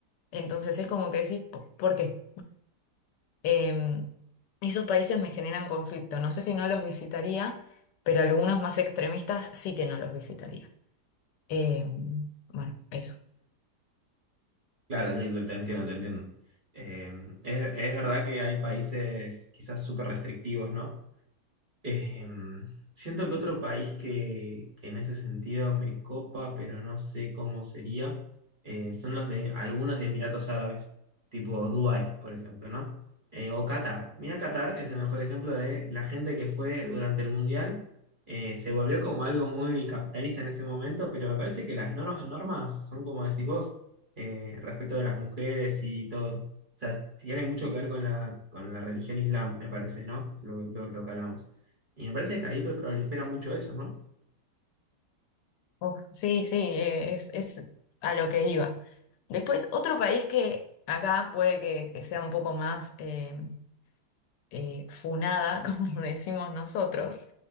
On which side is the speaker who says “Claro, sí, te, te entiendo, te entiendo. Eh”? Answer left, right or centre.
Right